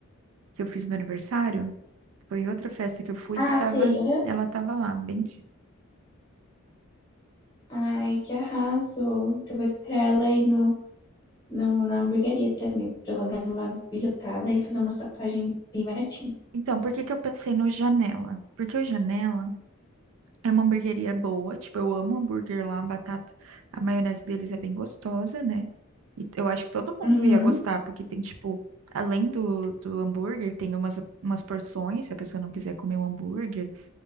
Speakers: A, on the right (about 70°); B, on the left (about 20°).
A: que eu fiz meu aniversário. Foi em outra festa que eu fui
B: Ah,
A: que tava,
B: sei. aham.
A: ela tava lá, bem.
B: Ai, que arraso. Então vou esperar ela ir no, no, na hamburgueria também, pra ela dar uma bisbilhotada e fazer uma tatuagem bem baratinha.
A: Então, por que que eu pensei no Janela? Porque o Janela. É uma hamburgueria boa, tipo, eu amo hambúrguer lá, a batata, a maionese deles é bem gostosa, né? E eu acho que todo mundo
B: Uhum.
A: ia gostar, porque tem, tipo, além do, do hambúrguer, tem umas, umas porções, se a pessoa não quiser comer um hambúrguer,